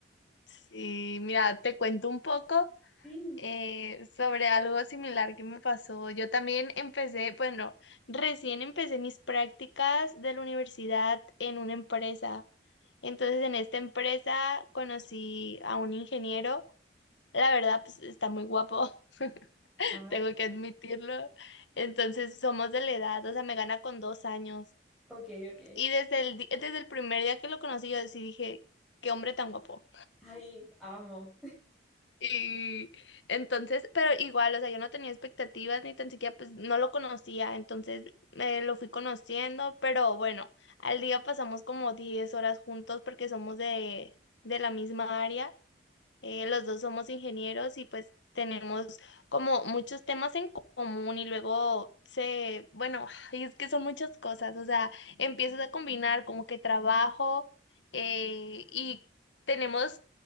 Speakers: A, on the left; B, in the centre.
A: Sí, mira, te cuento un poco.
B: Sí.
A: eh, sobre algo similar que me pasó. Yo también empecé, bueno, recién empecé mis prácticas de la universidad en una empresa. Entonces, en esta empresa conocí a un ingeniero. La verdad, pues está muy guapo, <laughs>
B: Ay,
A: tengo que admitirlo. Entonces, somos de la edad, o sea, me gana con dos años.
B: ok, ok.
A: Y desde el, di- desde el primer día que lo conocí, yo sí dije, qué hombre tan guapo.
B: Ay, amo. <laughs>
A: Y entonces, pero igual, o sea, yo no tenía expectativas ni tan siquiera, pues no lo conocía, entonces eh, lo fui conociendo, pero bueno, al día pasamos como 10 horas juntos porque somos de, de la misma área eh, los dos somos ingenieros y pues tenemos como muchos temas en co- común y luego se, bueno, <laughs> <sighs> y es que son muchas cosas, o sea, empiezas a combinar como que trabajo eh, y tenemos